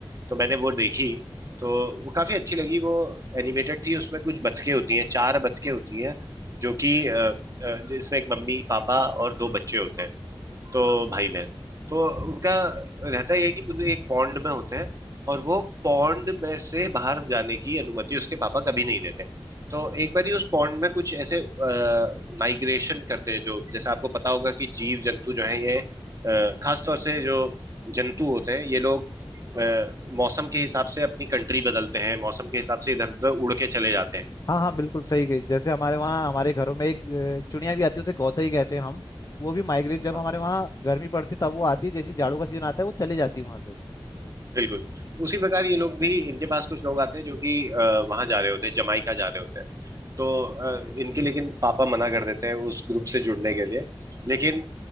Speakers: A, on the right (about 40°); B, on the left (about 40°).
A: तो मैंने वो देखी तो वो काफी अच्छी लगी वो एनिमेटेड थी उसमें कुछ बतखें होती हैं चार बतखें होती हैं जो कि अ, अ, इसमें एक मम्मी पापा और दो बच्चे होते हैं तो भाई बहन तो उनका रहता यह है कि वो एक पॉन्ड में होते हैं और वो पॉन्ड में से बाहर जाने की अनुमति उसके पापा कभी नहीं देते तो एक बार ही उस पॉन्ड में कुछ ऐसे माइग्रेशन करते हैं जो जैसे आपको पता होगा कि जीव जंतु जो है ये अ, खासतौर से जो जंतु होते हैं ये लोग अ, मौसम के हिसाब से अपनी कंट्री बदलते हैं मौसम के हिसाब से इधर उधर उड़ के चले जाते
B: हाँ हाँ बिल्कुल सही गई जैसे हमारे वहाँ हमारे घरों में एक अ, चिड़िया भी आती है उसे गौतई कहते हैं हम वो भी माइग्रेट जब
A: हैं
B: हमारे वहाँ गर्मी पड़ती तब वो आती है जैसे ही जाड़ों का सीजन आता है वो चली जाती है वहाँ से
A: बिल्कुल उसी प्रकार ये लोग भी इनके पास कुछ लोग आते हैं जो कि वहां जा रहे होते हैं जमाइका जा रहे होते हैं तो अ, इनके लेकिन पापा मना कर देते हैं उस ग्रुप से जुड़ने के लिए लेकिन अ,